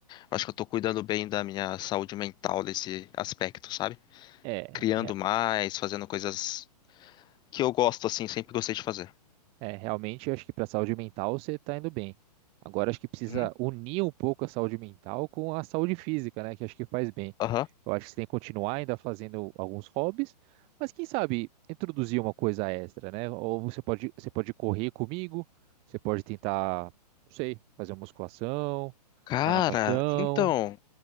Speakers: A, on the left (about 20°); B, on the right (about 25°).
A: Eu acho que eu tô cuidando bem da minha saúde mental nesse aspecto, sabe?
B: É,
A: criando
B: é,
A: mais, fazendo coisas que eu gosto, assim, sempre gostei de fazer.
B: é, realmente eu acho que para saúde mental você tá indo bem. Agora acho que precisa
A: Uhum.
B: unir um pouco a saúde mental com a saúde física, né, que acho que faz bem.
A: Aham.
B: Eu acho que você tem que continuar ainda fazendo alguns hobbies, mas quem sabe introduzir uma coisa extra, né? Ou você pode você pode correr comigo, você pode tentar, não sei, fazer uma musculação,
A: Cara,
B: uma natação.
A: então,